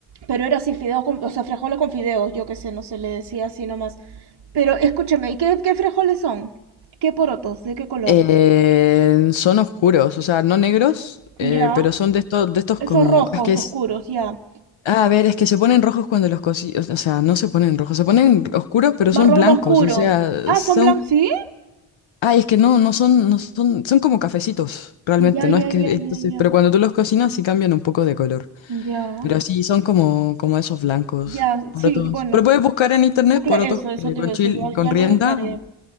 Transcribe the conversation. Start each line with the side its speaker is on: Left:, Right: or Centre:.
Right: pero era así, fideos con, o sea, frijoles con fideos, yo qué sé, no se le decía así nomás. Pero escúchame, ¿y qué, qué frijoles son? ¿Qué porotos? ¿De qué color?
Left: Eh, son oscuros, o sea, no negros, eh,
Right: Ya,
Left: pero son de estos, de estos
Right: esos
Left: como...
Right: rojos
Left: Es que es...
Right: oscuros, ya.
Left: ah, a ver, es que se ponen rojos cuando los cocí... O sea, no se ponen rojos, se ponen oscuros, pero
Right: Marrón
Left: son blancos.
Right: oscuro.
Left: O sea,
Right: Ah,
Left: son...
Right: son blancos, ¿sí?
Left: Ay, es que no, no son, no son, son como cafecitos, realmente,
Right: Ya,
Left: no
Right: ya,
Left: es que,
Right: ya, ya,
Left: entonces,
Right: ya.
Left: pero cuando tú los cocinas sí cambian un poco de color.
Right: Ya.
Left: Pero sí, son como, como esos blancos,
Right: Ya,
Left: porotos.
Right: sí, bueno,
Left: Pero puedes buscar en internet
Right: o cla-
Left: porotos
Right: eso, eso
Left: eh,
Right: te
Left: con
Right: iba a
Left: chil,
Right: decir, ya,
Left: con
Right: ya
Left: rienda,
Right: lo buscaré,